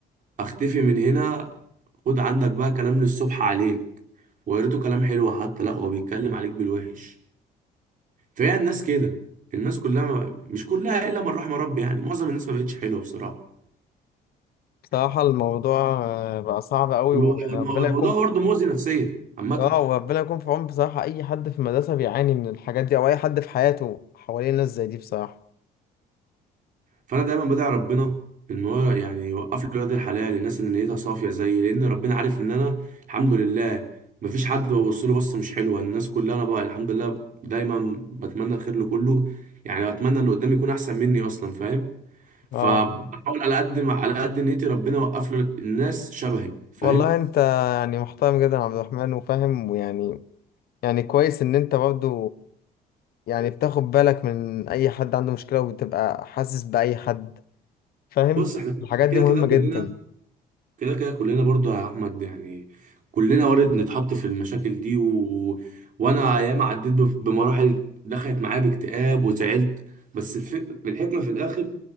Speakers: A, on the right (about 50°); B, on the left (about 65°).
A: اختفي من هنا خد عندك بقى كلام للصبح عليك وقريته كلام حلو حتى لا هو بيتكلم عليك بالوحش فهي الناس كده الناس كلها ما مش كلها الا من رحم ربي يعني معظم الناس ما بقتش حلوه بصراحه
B: بصراحة الموضوع آه، بقى صعب قوي
A: الو-
B: ويعني ربنا
A: الموضوع
B: يكون في
A: برضه مؤذي نفسيا عامه
B: اه وربنا يكون في عون بصراحة أي حد في المدرسة بيعاني من الحاجات دي أو أي حد في حياته حواليه ناس زي دي بصراحة
A: فانا دايما بدعي ربنا ان هو يعني يوقف لي ولاد الحلال الناس اللي نيتها صافيه زيي لان ربنا عارف ان انا الحمد لله مفيش حد ببص له بصه مش حلوه الناس كلها انا بقى الحمد لله دايما بتمنى الخير لكله يعني بتمنى اللي قدامي يكون احسن مني اصلا فاهم فبحاول
B: اه
A: على قد ما على قد نيتي ربنا يوقف له الناس شبهي فاهم
B: والله أنت يعني محترم جدا يا عبد الرحمن وفاهم ويعني يعني كويس إن أنت برضو يعني بتاخد بالك من أي حد عنده مشكلة وبتبقى حاسس بأي حد فاهم
A: بص احنا
B: الحاجات
A: كده
B: دي مهمة
A: كده كلنا
B: جدا
A: كده كده كلنا برضه يا احمد يعني كلنا وارد نتحط في المشاكل دي و... وانا ايام عديت بف- بمراحل دخلت معايا باكتئاب وزعلت بس الف... الحكمه في الاخر